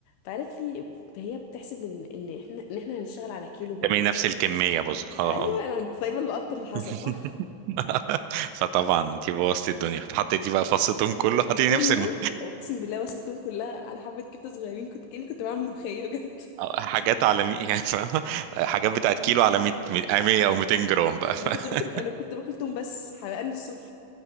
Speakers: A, on the left; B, on the right.
A: فقالت لي فهي بتحسب ان ان احنا ان احنا هنشتغل على كيلو برضه
B: تمام نفس الكمية بص اه
A: ايوه
B: اه
A: انا انت سايبه اللقط اللي حصل
B: <laughs>
A: صح
B: فطبعا انت بوظتي الدنيا حطيتي بقى فصتهم كله حطيتي
A: كله
B: نفس الم...
A: اقسم بالله وسبتهم كلها على حبه كبده صغيرين كنت كاني كنت بعمل ملوخيه بجد
B: حاجات على مي... يعني فاهمة؟ حاجات بتاعت كيلو على 100 100 او 200 جرام بقى <laughs>
A: انا كنت باكل انا كنت باكل توم بس حرقان الصبح